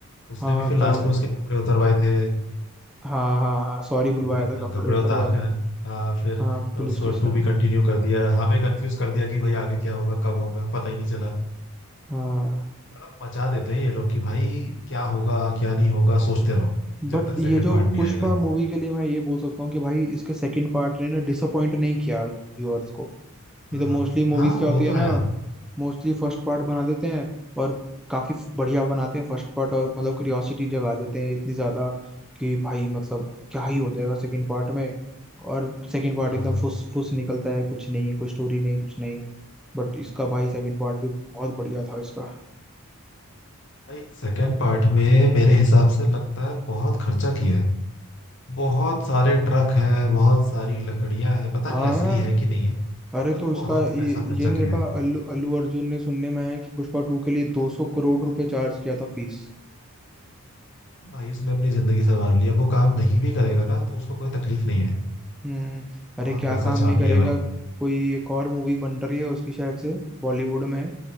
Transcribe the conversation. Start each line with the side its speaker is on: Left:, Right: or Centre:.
Left: उसने
Centre: हाँ
Left: भी फिर लास्ट
Centre: पहले
Left: में उसके कपड़े उतरवाए थे
Centre: हाँ हाँ हाँ सॉरी बुलवाया
Left: कपड़े
Centre: था
Left: हाँ
Centre: कपड़े
Left: कपड़े
Centre: उतरवा
Left: उतार के
Centre: के
Left: हाँ फिर
Centre: हाँ पुलिस
Left: उसको
Centre: स्टेशन
Left: टू भी
Centre: में
Left: कंटिन्यू कर दिया हमें कंफ्यूज कर दिया कि भाई आगे क्या होगा कब होगा पता ही नहीं चला
Centre: हाँ
Left: तड़प मचा देते हैं ये लोग कि भाई क्या होगा क्या नहीं होगा सोचते रहो जब
Centre: बट
Left: तक सेकंड
Centre: ये जो
Left: पार्ट नहीं
Centre: पुष्पा
Left: आएगा
Centre: मूवी के लिए मैं ये बोल सकता हूँ कि भाई इसके सेकंड पार्ट ने ना डिसअपॉइंट नहीं किया व्यूअर्स को
Left: हाँ
Centre: ये तो मोस्टली मूवीज
Left: हाँ
Centre: क्या होती
Left: वो
Centre: है
Left: तो
Centre: ना
Left: है
Centre: मोस्टली फर्स्ट पार्ट बना देते हैं और काफी बढ़िया बनाते हैं फर्स्ट पार्ट और मतलब क्यूरियोसिटी जगा देते हैं इतनी ज्यादा कि भाई मतलब क्या ही हो जाएगा सेकंड पार्ट में और सेकंड पार्ट
Left: हाँ
Centre: एकदम फुस फुस निकलता है कुछ नहीं है कोई स्टोरी नहीं कुछ नहीं बट इसका भाई सेकंड पार्ट भी बहुत बढ़िया था इसका
Left: भाई सेकंड पार्ट में मेरे हिसाब से लगता है बहुत खर्चा किया है बहुत सारे ट्रक हैं बहुत सारी लकड़ियां हैं पता
Centre: हाँ
Left: नहीं असली है कि नहीं है
Centre: अरे
Left: बस
Centre: तो इसका
Left: बहुत
Centre: ये
Left: पैसा खर्चा
Centre: ये नहीं
Left: किया
Centre: देखा
Left: है
Centre: अल्लू अल्लू अर्जुन ने सुनने में आया है कि पुष्पा टू के लिए 200 करोड़ रुपए चार्ज किया था फीस
Left: भाई उसने अपनी जिंदगी संवार लिया वो काम नहीं भी करेगा ना तो उसको कोई तकलीफ नहीं है
Centre: हम्म अरे
Left: बहुत
Centre: क्या
Left: पैसा
Centre: काम
Left: छाप
Centre: नहीं करेगा
Left: लिया भाई
Centre: कोई एक और मूवी बन रही है उसकी शायद से बॉलीवुड में है,